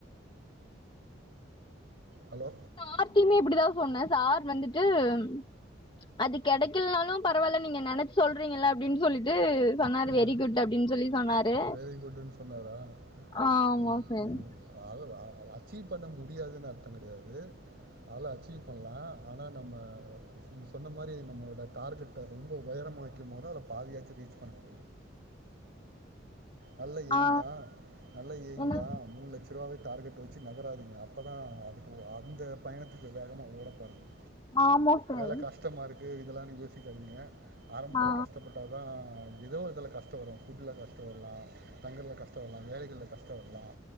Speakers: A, on the right; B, on the left.
A: ஹலோ
B: சார்த்தியுமே இப்படிதான் சொன்னேன் சார் வந்துட்டு ம் அது கிடைக்கலனாலும் பரவாயில்ல நீங்க நினைச்சு சொல்றீங்கள அப்படின்னு சொல்லிட்டு சொன்னாரு
A: ம்
B: வெரி குட் அப்டின்னு சொல்லி சொன்னாரு
A: வெரி குட்ன்னு சொன்னாரா
B: ஆமா
A: ம்
B: ஃப்ரெண்ட்
A: ம் அத அச்சீவ் பண்ண முடியாதுன்னு அர்த்தம் கிடையாது அதெல்லாம் அச்சீவ் பண்ணலாம் ஆனால் நம்ம நீங்கள் சொன்ன மாரி நம்மளோடய டார்கெட்டை ரொம்ப உயரமாக வைக்கும் போத அதில் பாதாச்சு ரீச் பண்ணும் நல்லா எயிம்
B: ஆ
A: தான் நல்லா எயீம்
B: என்ன
A: தான் மூணு லட்ச ரூபாவ டார்கெட் வச்சு நகராதிீங்க அப்பதான் அதுக்கு அந்த பயணத்துக்கு வேகமா ஓடப்பாதுங்க
B: ஆமா ஃப்ரெண்ட்
A: வேலை கஷ்டமா இருக்கு இதெல்லாம் நீ யோசிக்காதீங்க ஆரம்பத்தில்
B: ஆ
A: கஷ்டப்பட்டால் தான் ஏதோ ஒரு இதல கஷ்ட வரும் ஃபுட்டில் கஷ்டம்ரலாம் தங்கல கஷ்டப்படலாம் வேலைகள்ல கஷ்டப்படலாம்